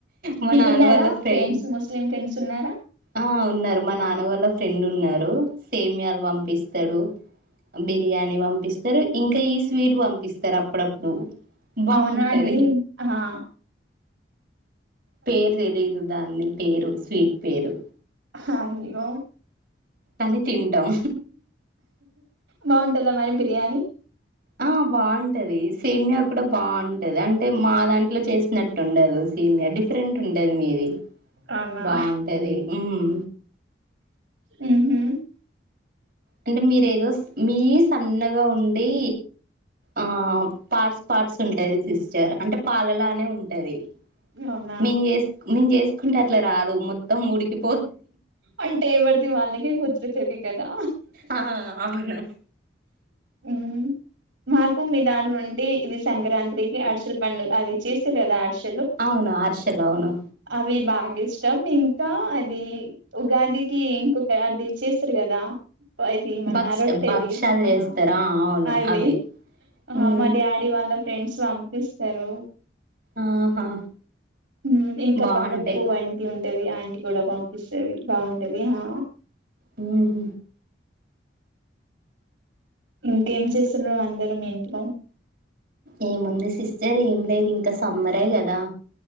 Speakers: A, on the right; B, on the right.
A: మా
B: మీకున్నారా
A: నాన్న వాళ్ళ ఫ్రెండ్
B: ఫ్రెండ్స్ ముస్లిం ఫ్రెండ్స్ ఉన్నారా
A: ఆ ఉన్నారు మా నాన్న వాళ్ళ ఫ్రెండు వున్నారు సేమ్యాలు పంపిస్తరు బిర్యానీ పంపిస్తరు ఇంకా ఈ స్వీట్ పంపిస్తరు అప్పుడప్పుడు బాగుంటది
B: అవునా అది ఆహా
A: పేరు తెలీదు దాంది పేరు స్వీట్ పేరు
B: కామెడీ యా
A: అన్నీ తింటాం
B: బాగుంటందా మరి బిర్యానీ
A: ఆ బాగుంటది సేమియా కూడా బాగుంటది అంటే మా దాంట్లో చేసినట్టు ఉండదు సేమియా డిఫరెంట్ ఉంటది మీది.
B: అవునా
A: బాగుంటది మ్మ్
B: హ్మ్మ్
A: అంటే మీరేదో మీ సన్నగా ఉండి ఆ పార్ట్స్ పార్ట్స్ ఉంటది సిస్టర్ అంటే పాలలానే ఉంటది.
B: అవునా
A: మేం చేస్ మేం చేస్ ఇంకట్లా రాదు మొత్తం ఉడికి
B: అంటంటేవర్ది వాళ్లకే కుదురుతది కదా
A: ఆ అవును
B: మ్మ్ మాకు మీ దాంట్లో అంటే ఇది సంక్రాంతికి అరిసెలు పండుగ అది చేస్తే కదా అరిసెలు
A: అవును అరిసెలు అవును
B: అవి బాగా ఇష్టం ఇంకా అది ఉగాదికి ఇంకొక అది చేస్తారు కదా ఇది మన
A: భక్ష
B: రొట్టేది
A: భక్షాలు చేస్తారా
B: ఆహా
A: అవును
B: అది
A: అవి
B: ఆ
A: మ్మ్
B: మా డాడీ వాళ్ళ ఫ్రెండ్స్ పంపిస్తారు
A: ఆహా
B: హ్మ్మ్ ఇంకా
A: బాగుంటాయి
B: పక్కకు అంటి ఉంట్ ఉంటవి ఆంటీ కూడా పంపిస్తంది బాగుంటది హా
A: హ్మ్మ్
B: ఇంకేం చేస్తున్నారు అందరూ మీ ఇంట్లో
A: ఏముంది సిస్టర్ ఏం లేదు ఇంకా సమ్మరే గదా